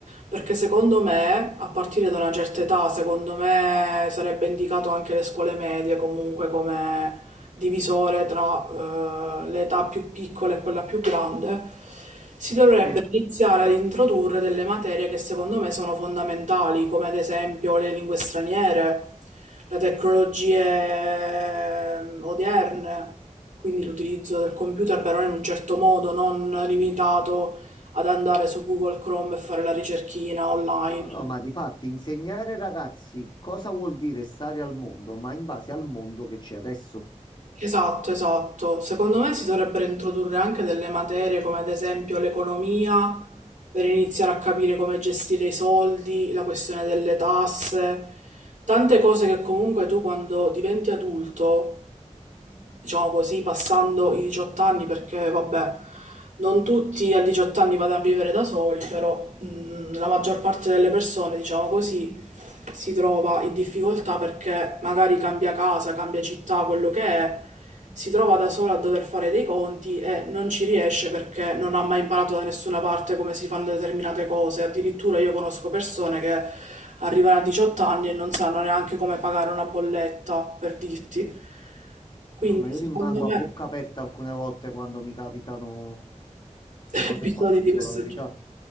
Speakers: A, on the right (about 80°); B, on the left (about 40°).
A: perché secondo me, a partire da una certa età, secondo me sarebbe indicato anche le scuole medie comunque come divisore tra eh, l'età più piccola e quella più grande si dovrebbe
B: Sì.
A: iniziare ad introdurre delle materie che secondo me sono fondamentali, come ad esempio le lingue straniere, le tecnologie ehm, odierne, quindi l'utilizzo del computer però in un certo modo, non limitato ad andare su Google Chrome e fare la ricerchina online.
B: No, no, no, ma di fatti insegnare ai ragazzi cosa vuol dire stare al mondo, ma in base al mondo che c'è adesso.
A: Esatto, esatto. Secondo me si dovrebbero introdurre anche delle materie come ad esempio l'economia per iniziare a capire come gestire i soldi, la questione delle tasse, tante cose che comunque tu quando diventi adulto diciamo così, passando i 18 anni, perché vabbè, non tutti a 18 anni vanno a vivere da soli, però mh, la maggior parte delle persone, diciamo così, si trova in difficoltà perché magari cambia casa, cambia città, quello che è, si trova da sola a dover fare dei conti e non ci riesce perché non ha mai imparato da nessuna parte come si fanno determinate cose. Addirittura io conosco persone che arrivano a 18 anni e non sanno neanche come pagare una bolletta, per dirti. Quindi
B: No, ma io
A: secondo
B: rimango
A: me
B: a bocca aperta alcune volte quando mi capitano queste
A: <laughs>
B: cose
A: episodi
B: qua, ti
A: di
B: dico
A: questo
B: la verità.
A: genere.